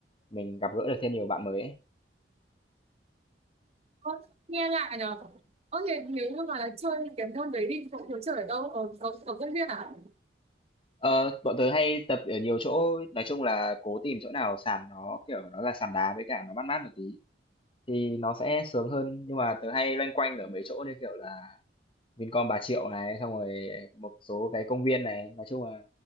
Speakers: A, on the left (about 30°); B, on the right (about 35°).
A: mình gặp gỡ được thêm nhiều bạn mới ấy.
B: à, nghe lạ nhở. Ơ thì nếu như mà chơi cái môn đấy đi, cậu có chơi ở đâu? Ở, ở, ở công viên à?
A: Ờ, bọn tớ hay tập ở nhiều chỗ, nói chung là cố tìm chỗ nào sàn nó, kiểu, nó là sàn đá với cả nó mát mát một tí thì nó sẽ sướng hơn, nhưng mà tớ hay loanh quanh ở mấy chỗ như, kiểu là, Vincom Bà Triệu này, xong rồi một số cái công viên này, nói chung là